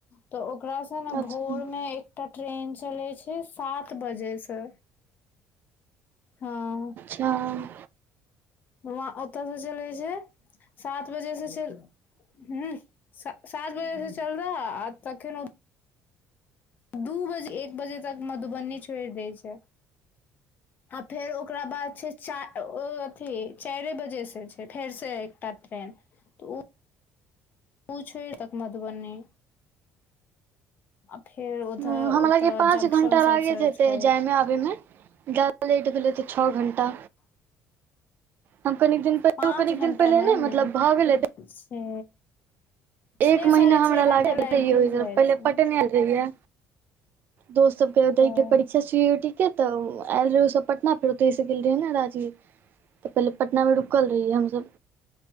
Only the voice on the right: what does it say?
अच्छा
हँ
हमरा
लागैये पाँच
घंटा लागैत
हेतै जायमे आबैमे लेट गेलै तऽ छओ घण्टा हम कन दिन पहिल
ओ कनिक
दिन पहिले
ने मतलब
भए गेलै
एक
महीना
हमरा
लागैहि
पहिले
पटेने रहयै दोस्त सबके देखे
परीक्षा सीटी के तऽ आयल रहे ओ सब पटना फेर ओतेह सँ गेल रहे है न रांची पहिले पटना मे रुक रकल रहियै हमसब